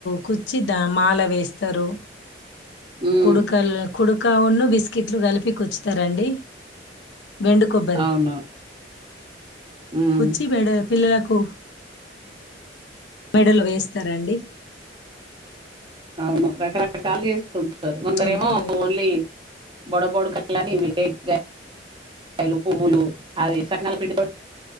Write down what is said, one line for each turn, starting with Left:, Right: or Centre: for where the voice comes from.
Left: కుచ్చి దా మాల వేస్ స్తరు
Right: ఉమ్
Left: కుడుకల్ కుడుకా ఉన్ను బిస్కిట్లు గలిపి కూచ్చుతారండి బెండు కొబ్బరి
Right: అవును ఉమ్
Left: కుచ్చి మెడ పిల్లలకు మెడలొ వేస్తారండి
Right: అవును రకరకాలు ఏసుకుంటరు కొందరేమో
Left: అంటే
Right: ఓన్లీ బొడ బొడ్కా లని <unintelligible> వేగ్గ ఐలు పువ్వులు అది సకినాల పిండితో